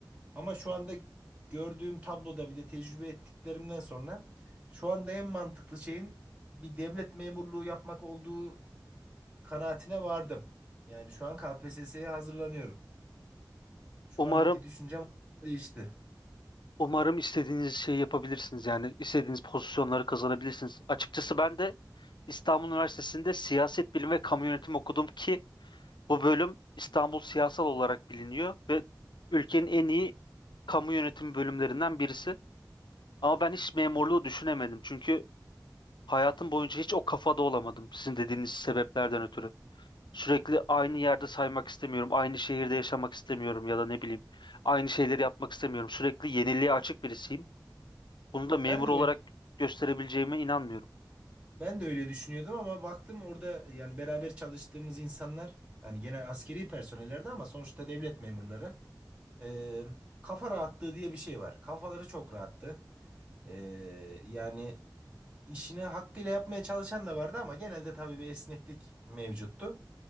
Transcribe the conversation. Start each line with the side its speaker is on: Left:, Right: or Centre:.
Right: Ama şu anda gördüğüm tabloda bir de tecrübe ettiklerimden sonra şu anda en mantıklı şeyin bir devlet memurluğu yapmak olduğu kanaatine vardım. Yani şu an KPSS'ye hazırlanıyorum. Şu
Left: Umarım
Right: andaki düşüncem değişti.
Left: umarım istediğiniz şeyi yapabilirsiniz yani istediğiniz pozisyonları kazanabilirsiniz. Açıkçası ben de İstanbul Üniversitesi'nde siyaset bilimi ve kamu yönetimi okudum ki bu bölüm İstanbul siyasal olarak biliniyor ve ülkenin en iyi kamu yönetimi bölümlerinden birisi. Ama ben hiç memurluğu düşünemedim çünkü Hayatım boyunca hiç o kafada olamadım sizin dediğiniz sebeplerden ötürü. Sürekli aynı yerde saymak istemiyorum, aynı şehirde yaşamak istemiyorum ya da ne bileyim, aynı şeyleri yapmak istemiyorum. Sürekli yeniliğe açık birisiyim. Bunu da memur
Right: Ben de
Left: olarak
Right: öyle
Left: gösterebileceğime inanmıyorum.
Right: Ben de öyle düşünüyordum ama baktım orada yani beraber çalıştığımız insanlar hani gene askeri personellerdi ama sonuçta devlet memurları. Ee, kafa rahatlığı diye bir şey var. Kafaları çok rahattı. Ee, yani işini hakkıyla yapmaya çalışan da vardı ama genelde tabii bir esneklik mevcuttu.